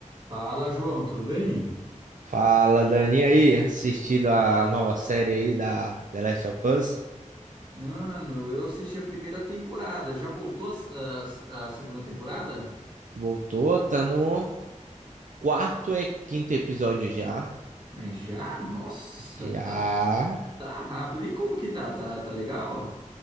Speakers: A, on the right; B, on the right.
A: Fala, João, tudo bem?
B: Fala, Dani, E aí, assistido a nova série aí da The Last of Us?
A: Mano, eu assisti a primeira temporada. Já voltou a, s- a s- a segunda temporada?
B: Voltou, tá no quarto e quinto episódio já.
A: Mas já? Nossa,
B: Já.
A: tá, tá rápido. E como que tá? Tá, tá legal?